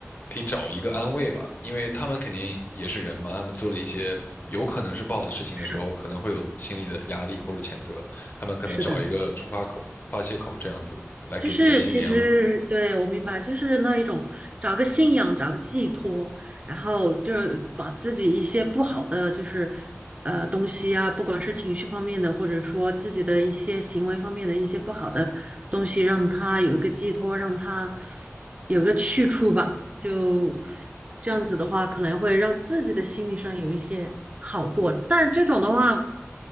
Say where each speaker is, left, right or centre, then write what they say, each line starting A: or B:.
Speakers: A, on the left; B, on the right.
A: 可以找一个安慰吧，因为他们肯定也是人嘛，他们做了一些有可能是不好的事情的时候，
B: 是
A: 可能会有心理的压力或者谴责，他们可能找一个出发口、
B: 是的，
A: 发泄口这样子来给自己的心理安慰。
B: 就是其实对我明白，就是那一种找个信仰，找个寄托，然后就是把自己一些不好的就是呃东西啊，不管是情绪方面的，或者说自己的一些行为方面的一些不好的东西，让它有一个寄托，让它有个去处吧。就这样子的话，可能会让自己的心理上有一些。好过。但这种的话，